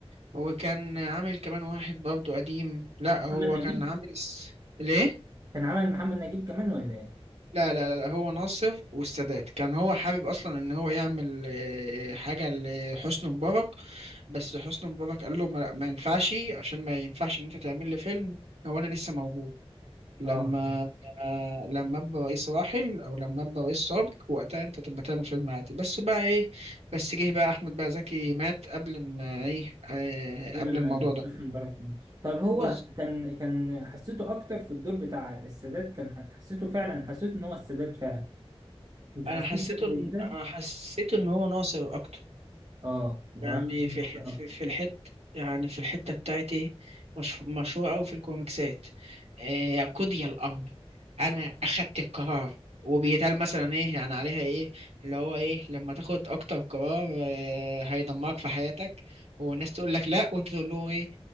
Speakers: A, on the right (about 85°); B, on the right (about 40°).
A: وكان عامل كمان واحد برضه قديم لا هو
B: محمد نجيب
A: كان عامل الس... ليه؟
B: كان عمل محمد نجيب كمان ولا ايه؟
A: لا لا لا لا، هو ناصر والسادات كان هو حابب أصلا إن هو يعمل آه، حاجة لحسني مبارك بس حسني مبارك قال له ما, ما ينفعش عشان ما ينفعش إن أنت تعمل لي فيلم هو أنا لسه موجود لما
B: اه
A: آه، لما ابقى رئيس راحل او لما ابقى رئيس سابق وقتها انت تبقى تعمل فيلم عادي بس بقى ايه بس جه بقى احمد بقى زكي مات قبل ما ايه آه،
B: دول
A: قبل الموضوع ده
B: حسني مبارك كمان. طب هو
A: بس
B: كان كان حسيته اكتر في الدور بتاع السادات كان ح- حسيته فعلا حسيت ان هو السادات فعلا انت
A: انا
B: حسيت
A: حسيته
B: حاجه
A: إن-
B: زي كده؟
A: انا حسيت ان هو ناصر اكتر
B: اه جماعه
A: يعني
B: أنا
A: في
B: بتأثر
A: ح- في
B: اكتر
A: في الحت يعني في الحتة بتاعتي مش مشهور أوي في الكوميكسات آه، يا قضي الأمر أنا أخدت القرار وبيتقال مثلا إيه يعني عليها إيه اللي هو إيه لما تاخد أكتر قرار آه، هيدمرك في حياتك والناس تقول لك لأ وأنت تقول لهم إيه